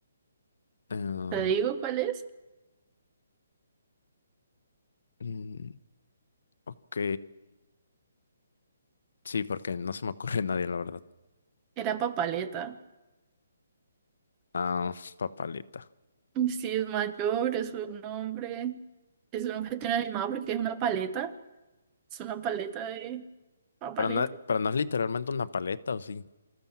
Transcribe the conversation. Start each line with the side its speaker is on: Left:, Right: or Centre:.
Left: Eh,
Right: <laughs> Te digo cuál es.
Left: mm, ok. Sí, porque no se me ocurre a nadie, la verdad.
Right: Era Papaleta.
Left: Ah, papaleta.
Right: Sí, es mayor, es un hombre, es un objeto inanimado porque es una paleta, es una paleta de papaleta.
Left: pero no, pero no es literalmente una paleta, ¿o sí?